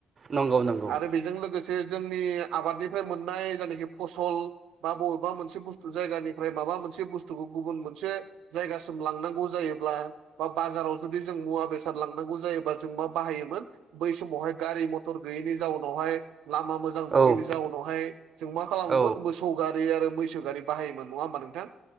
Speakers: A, on the right; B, on the right.
A: नंगौ नंगौ
B: आरो बेजों लोगोसे जोंनि आबादनिफ्राय मोननाय जायनाखि फसल बा बबेबा मोनसे बुस्थु जायगानिफ्राय माबा मोनसे बुस्थुखौ गुबुन मोनसे जायगासिम लांनांगौ जायोब्ला ओ बा बाजाराव जुदि जों मुवा बेसाद लांनांगौ जायोबा जों मा बाहायोमोन बै समावहाय गारि मथर गैयैनि जाउनावहाय लामा मोज जां नङिनि
A: औ
B: जाउनावहाय जों मा खालामोमोन
A: औ
B: मोसौ गारि आरो मैसो गारि बाहायोमोन नङा होमबा नोंथां?